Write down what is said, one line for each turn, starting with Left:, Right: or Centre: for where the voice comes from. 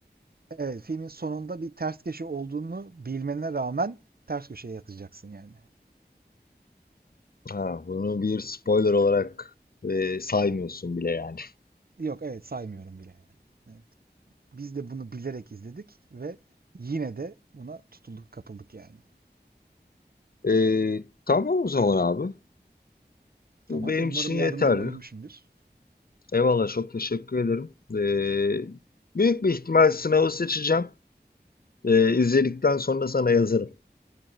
Right: evet, filmin sonunda bir ters köşe olduğunu bilmene rağmen ters köşeye yatacaksın yani.
Left: Ha, bunu bir spoiler olarak e, saymıyorsun bile yani.
Right: Yok evet saymıyorum bile yani. Evet. Biz de bunu bilerek izledik ve yine de buna tutulduk kapıldık yani.
Left: Ee, tamam o zaman abi.
Right: Tamam
Left: Bu benim
Right: umarım
Left: için yeterli.
Right: yardımcı olabilmişimdir.
Left: Eyvallah çok teşekkür ederim. Ee, büyük bir ihtimal sınavı seçeceğim. Ee, izledikten sonra sana yazarım.